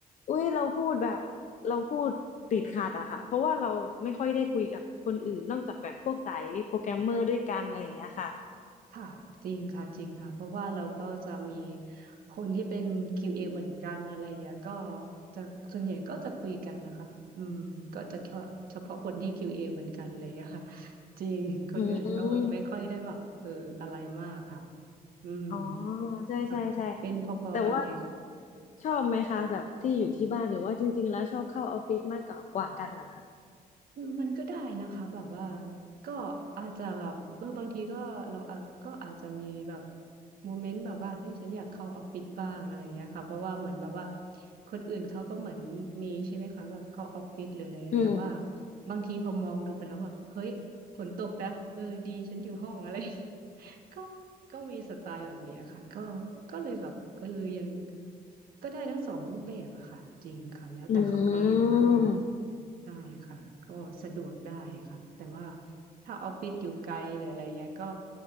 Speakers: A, on the left; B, on the right.
A: อุ้ยเราพูดแบบเราพูดติดขัดอะค่ะเพราะว่าเราไม่ค่อยได้คุยกับคนอื่นนอกจากแบบพวกสายโปรแกรมเมอร์ด้วยกันอะไรอย่างเงี้ยค่ะ
B: ค่ะจริงค่ะจริงค่ะเพราะว่าเราก็จะมีคนที่เป็น QA เอเหมือนกันอะไรอย่างเงี้ยก็จะส่วนใหญ่ก็จะคุยกันนะคะอืมก็จะเฉพาะเฉพาะคนที่ QA เอเหมือนกันอะไรอย่างเงี้ยค่ะจริงคนอื่นก็แบบไม่ค่อยได้แบบเอออะไรมากค่ะ
A: อืม
B: อืม
A: อ๋อใช่ใช่ใช่
B: ค่ะเป็นพอๆกันเลย
A: แต่ว่าชอบไหมคะแบบที่อยู่ที่บ้านหรือว่าจริงๆแล้วชอบเข้าออฟฟิศมากกว่ากว่ากันเหรอคะ
B: คือมันก็ได้นะคะแบบว่าก็อาจจะแบบเออบางทีก็เราอาจก็อาจจะมีแบบโมเมนต์แบบว่าเฮ้ยฉันอยากเข้าออฟฟิศบ้างอะไรเงี้ยค่ะเพราะว่าเหมือนแบบว่าคนอื่นเขาก็เหมือนมีใช่ไหมคะแบบเข้าออฟฟิศหรืออะไรเงี้ยแต่ว่า
A: อืม
B: บางทีพอมองดูไปแล้วแบบเฮ้ยฝนตกนะเออดีฉันอยู่ห้องอะไร <laughs> ก็ก็มีสไตล์แบบเนี้ยค่ะก็ก็เลยแบบเออยังก็ได้ทั้งสองรูปแบบอะค่ะจริงค่ะแล้วแต่เขากำหนดว่าเออ
A: อืม
B: ได้ค่ะก็สะดวกได้ค่ะแต่ว่าถ้าออฟฟิศอยู่ไกลหรืออะไรเงี้ยก็